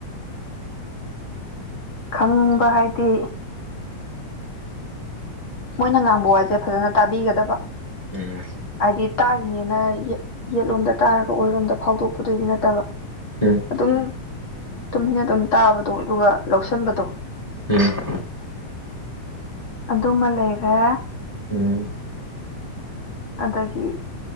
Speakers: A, on the left; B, in the centre.
A: ꯈꯪꯕ ꯍꯥꯏꯗꯤ ꯃꯣꯏꯅ ꯉꯥꯡꯕ ꯋꯥꯁꯦ ꯐꯖꯅ ꯇꯥꯕꯤꯒꯗꯕ
B: ꯎꯝ
A: ꯍꯥꯏꯗꯤ ꯇꯥꯔꯤꯅꯦꯅ ꯌꯦꯠꯂꯣꯝꯗ ꯇꯥꯔꯒ ꯑꯣꯏꯔꯣꯝꯗ ꯐꯥꯎꯗꯣꯛꯄꯗꯨꯗꯤ ꯅꯠꯇꯕ
B: ꯎꯝ
A: ꯑꯗꯨꯝ ꯇꯨꯃꯤꯟꯅ ꯑꯗꯨꯝ ꯇꯥꯕꯗꯣ ꯑꯗꯨꯒ ꯂꯧꯁꯟꯕꯗꯣ
B: ꯎꯝ
A: ꯑꯗꯨ ꯑꯃ ꯂꯩꯔꯦ
B: ꯎꯝ
A: ꯑꯗꯥꯒꯤ